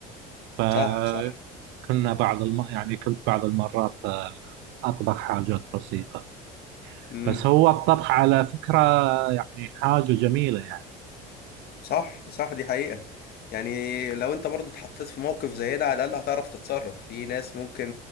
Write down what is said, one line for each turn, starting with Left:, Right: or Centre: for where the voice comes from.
Right: فكنا
Left: صح صح
Right: بعض الم... يعني كنت بعض المرات آه، أطبخ حاجات بسيطة
Left: امم
Right: بس هو الطبخ على فكرة يعني حاجة جميلة يعني
Left: صح صح دي حقيقة يعني لو انت برضو اتحطيت في موقف زي ده على الأقل هتعرف تتصرف في ناس ممكن